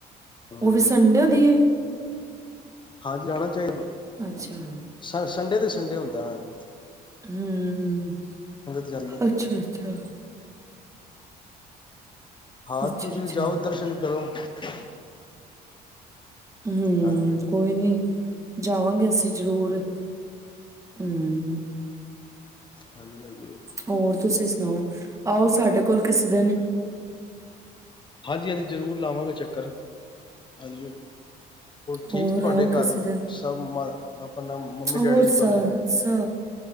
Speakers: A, on the left (about 30°); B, on the right (about 20°).
A: ਹੂੰ
B: ਉਹ ਵੀ ਸੰਡੇ ਦੀ ਹੈ।
A: ਹਾਂਜੀ ਆਣਾ ਚਾਹੀਦਾ।
B: ਅੱਛਾ।
A: ਸ ਸੰਡੇ ਤੇ ਸੰਡੇ ਹੁੰਦਾ ਹਾਂਜੀ।
B: ਹੂੰ,
A: ਜਾਂਦੀ ਹੈ
B: ਅੱਛਾ- ਅੱਛਾ।
A: ਹਾਂ,
B: ਅੱਛਾ-ਅੱਛਾ।
A: ਤੁਸੀਂ ਜਾਓ ਦਰਸ਼ਨ ਕਰੋ। <unintelligible>
B: ਹੂੰ
A: ਹਾਂਜੀ
B: ਕੋਈ ਨੀ ਜਾਵਾਂਗੇ ਅਸੀਂ ਜ਼ਰੂਰ ਹੂੰ।
A: ਹਾਂਜੀ- ਹਾਂਜੀ।
B: ਹੋਰ ਤੁਸੀਂ ਸੁਣਾਓ, ਆਓ ਸਾਡੇ ਕੋਲ ਕਿਸ ਦਿਨ।
A: ਹਾਂਜੀ- ਹਾਂਜੀ ਜ਼ਰੂਰ ਲਾਵਾਂਗੇ ਚੱਕਰ ਹਾਂਜੀ। ਠੀਕ
B: ਹੋਰ
A: ਤੁਹਾਡੇ
B: ਆਓ
A: ਘਰ
B: ਕਿਸੇ ਦਿਨ
A: ਸਭ ਮ ਆਪਣਾ ਮੰਮੀ
B: ਹੋਰ
A: ਡੈਡੀ
B: ਸ
A: ਤੁਹਾਡੇ
B: ਸ